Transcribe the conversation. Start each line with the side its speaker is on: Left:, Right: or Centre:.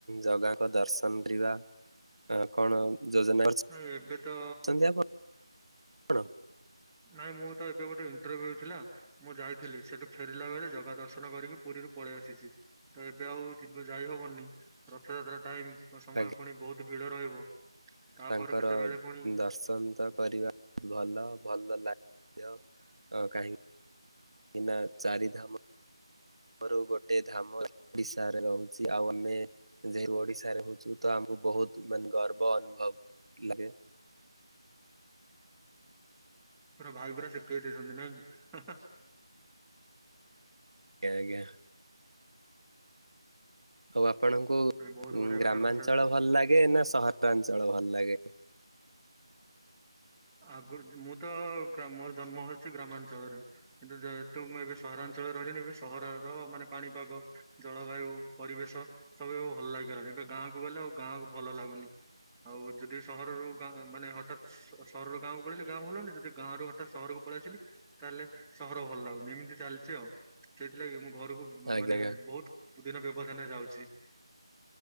Right: ଜଗାଙ୍କ ଦର୍ଶନ କରିବା। ଆ କଣ ଯୋଜନା କରିଛିନ୍ତି?
Centre: ନାଇଁ ଏବେ ତ
Right: <unintelligible> କଣ?
Centre: ନାଇଁ ମୁଁ ତ ଏବେ ଗୋଟେ ଇଣ୍ଟରଭ୍ୟୁ ଥିଲା। ମୁଁ ଯାଇଥିଲି। ସେଠୁ ଫେରିଲା ବେଳେ ଜଗା ଦର୍ଶନ କରିକି ପୁରୀରୁ ପଳେଇ ଆସିଛି। ତ ଏବେ ଆଉ ଯିବ ଯାଇ ହବନି। ରଥଯାତ୍ରା ଟାଇମ। ସମୟ
Right: ଆଜ୍ଞା।
Centre: ପୁଣି ବୋହୁତ ଭିଡ ରହିବ। ତାପରେ
Right: ତାଙ୍କର
Centre: କେତେବେଳେ ପୁଣି
Right: ଦର୍ଶନ ତ କରିବା ଭଲ ଭଲ ଲାଗିବ <inaudible> କାହିଁକି କିନା ଚାରିଧାମ ଧାମରୁ ଗୋଟେ ଧାମ ଓଡିଶାରେ ରହୁଛି ଆଉ ଆମେ ଯେହୁ <inaudible> ଓଡିଶାରେ ରହୁଛୁ ତ ଆମକୁ ବହୁତ ମାନେ ଗର୍ବ ଅନୁଭବ ଲାଗେ।
Centre: ପୁରା ଭାଇ ପୁରା ଶିଖେଇ ଦେଇଛନ୍ତି ନାଇଁ?
Right: ଆଜ୍ଞା ଆଜ୍ଞା। ହଉ ଆପଣଙ୍କୁ
Centre: ନାଇଁ ବହୁତ ବଢିଆ
Right: ଗ୍ରାମାଞ୍ଚଳ
Centre: କଥା ରଥ
Right: ଭଲ ଲାଗେ ନା ସହରାଞ୍ଚଳ ଭଲ ଲାଗେ?
Centre: ଆଗରୁ ମୁଁ ତ ଗ୍ରାମ ମୋର ଜନ୍ମ ହଉଛି ଗ୍ରାମାଞ୍ଚଳରେ। କିନ୍ତୁ ଯେହେତୁ ମୁଁ ଏବେ ସହରାଞ୍ଚଳରେ ରହିଲିନି ଏବେ ସହରର ମାନେ ପାଣିପାଗ ଜଳବାୟୁ ପରିବେଶ ସବୁ ଭଲ ଲାଗିଗଲାଣି ଏବେ ଗାଁକୁ ଗଲେ ଆଉ ଗାଁକୁ ଭଲ ଲାଗୁନି। ଆଉ ଯଦି ସହରରୁ ଗାଁ ମାନେ ହଠାତ୍ ତ ସହରରୁ ଗାଁକୁ ପଳେଇଲି ଗାଁ ଭଲନି ଯଦ ଗାଁ ରୁ ହଠାତ୍ ସହରକୁ ପଳେଇ ଆସିଲି ତାହେଲେ ସହର ଭଲ ଲାଗୁନି ଏମିତି ଚାଲିଛି ଆଉ। ସେଇଥିଲାଗି ମୁଁ ଘରକୁ
Right: ଆଜ୍ଞା
Centre: ମାନେ
Right: ଆଜ୍ଞା
Centre: ବହୁତ ଦିନ ବ୍ୟବଧାନ ରେ ଯାଉଛି।